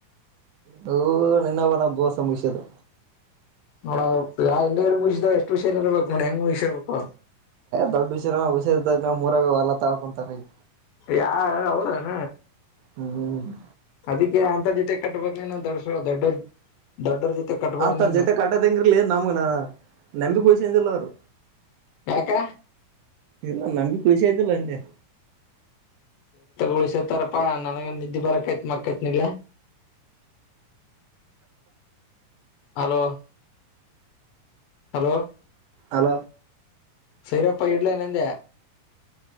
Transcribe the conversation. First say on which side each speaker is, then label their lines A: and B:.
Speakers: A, on the right; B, on the left.
A: ಹ ನಿನ್ನ ನ ಗೋ ಸಂಭಷದು
B: ನೋಡ ಎವ್ರು ಮುಗಿಸಸಿದ ಎಷ್ಟುಷಾರಾರಿ ಇರ್ಬೇಕು ನೋಡ ಹೆಂಗ್ ಮುಗಿಸಿಿ ಇರ್ಬೇಕು
A: ದೊಡ್ಡ ವಿಷಯ ಹಷೇರ್ ಮೂರಾಗ ಹೊಲ ತಕೊಂತಾರೆ ಈ
B: ಯಾರ ಅವೌದಾನ
A: ಹ್ಮ್ ಹ್ಮ
B: ಅದಕ್ಕೆ ಅಂತ ಜೊತೆ ಕಟ್ಟಬ ದೊಡ್ಡ ಸ ದೊಡ್ಡ ದೊಡ್ಡರ ಜೊತೆ ಕಟ್ಬಾರ್ದ್
A: ಅಂತರ
B: ನೀನು
A: ಜೊತೆ ಕಟ್ಟದಂಗಿರ್ಲಿನ್ ನಮ್ಗನ ನಂಬಿ ಚಂದಲರು
B: ಯಾಕ್ಕ
A: ಇಲ್ಲ ನಂಗಗೆ ಪಸ ಆ್ದಲ್ಲ ಎಂತೆ
B: ಉಳಿಸತಾರಪ್ಪಾ ನನಗೆ ನಿದ್ದೆ ಬರಕೈತ್ ಮಕ್ಕೈತ್ ನಿಗ್ಲ ಹಲೋ ಹಲೋ
A: ಹಲ
B: ಸೈರಪ್ಪ ಇಡ್ಲ ನಂದೆ